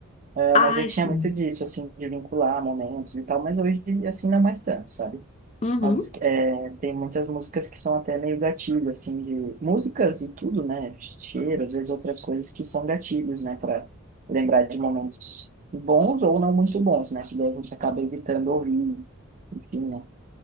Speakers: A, on the right; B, on the left.
A: É,
B: Ai,
A: mas eu tinha
B: sim.
A: muito disso, assim, de vincular momentos e tal, mas hoje, assim, não mais tanto, sabe?
B: Uhum.
A: Mas é, tem muitas músicas que são até meio gatilho, assim, de músicas e tudo, né? Cheiro, às vezes outras coisas que são gatilhos, né? Para lembrar de momentos bons ou não muito bons, né? Que daí a gente acaba evitando ouvir, enfim, né?